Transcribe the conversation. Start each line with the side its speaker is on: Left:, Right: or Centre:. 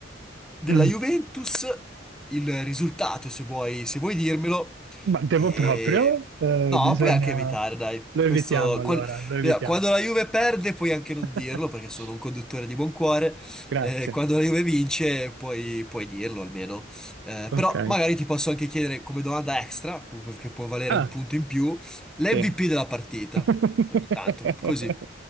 Centre: della
Right: Mm.
Centre: Juventus, il risultato, se vuoi, se vuoi dirmelo.
Right: Ma devo
Centre: E...
Right: proprio? Eh,
Centre: No,
Right: bisogna...
Centre: puoi anche evitare, dai.
Right: Lo evitiamo
Centre: Questo,
Right: allora,
Centre: quan-
Right: lo evitiamo.
Centre: via, quando, la Juve perde puoi anche non
Right: <laughs>
Centre: dirlo, perché sono un conduttore di buon cuore.
Right: Grazie.
Centre: Eh, quando la Juve vince puoi, puoi dirlo almeno. Eh,
Right: Ok.
Centre: però magari ti posso anche chiedere come domanda extra, pu- che può valere
Right: Ah.
Centre: un punto in più, l'MVP
Right: Sì.
Centre: della partita.
Right: <laughs>
Centre: Ogni tanto, così.